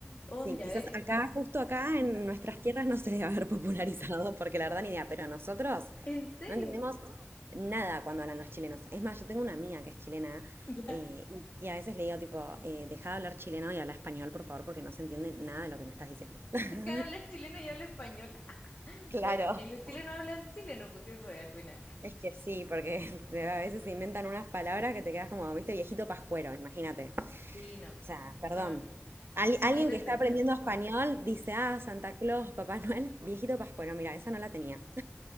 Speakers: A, on the left (about 45°); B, on the right (about 55°).
A: Oh,
B: Sí,
A: mira,
B: quizás
A: a ver, em,
B: acá, justo acá
A: ajá,
B: en nuestras tierras no se debe haber popularizado, porque la verdad ni idea, pero nosotros
A: ¿en serio?
B: no entendemos nada cuando hablan los chilenos. Es más, yo tengo una amiga que es chilena
A: Ya,
B: eh, y y a veces le digo tipo, eh, deja de hablar chileno y habla español, por favor, porque no se entiende nada de lo que me estás diciendo.
A: <laughs>
B: <laughs>
A: deja de hablar chileno y habla español.
B: Claro.
A: Bueno, es que los chilenos hablan chileno, pues sí, eso es al final.
B: Es que sí, porque <laughs> a veces se inventan unas palabras que te quedas como, viste, viejito pascuero, imagínate. O
A: Sí, no.
B: sea, perdón.
A: No,
B: Al-
A: no, si
B: alguien
A: no hay defensa.
B: que está aprendiendo español dice, ah, Santa Claus, Papá Noel, viejito pascuero. Mira, esa no la tenía.